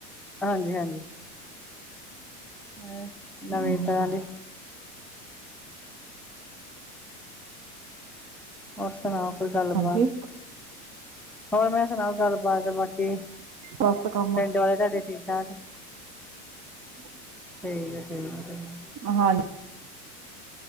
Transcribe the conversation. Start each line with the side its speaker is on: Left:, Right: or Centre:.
Centre: ਹਂਜੀ-ਹਾਂਜੀ। ਮੈਂ
Right: ਹੂੰ
Centre: ਨਵੀਂ ਤਰਾ ਦੀ ਹੋਰ ਸੁਣਾਓ ਕੋਈ ਗੱਲ-ਬਾਤ।
Right: ਹਾਂਜੀ
Centre: ਹੋਰ ਮੈ ਸੁਣਾਓ ਗੱਲਬਾਤ ਬਾਕੀ
Right: ਬਸ ਕੰਮ
Centre: ਪਿੰਡ ਵਾਲੇ ਤੁਆਡੇ ਠੀਕ ਬਸ
Right: ਹਮ <inaudible>
Centre: ਠੀਕ-ਠੀਕ-ਠੀਕ।
Right: ਹਾਂਜ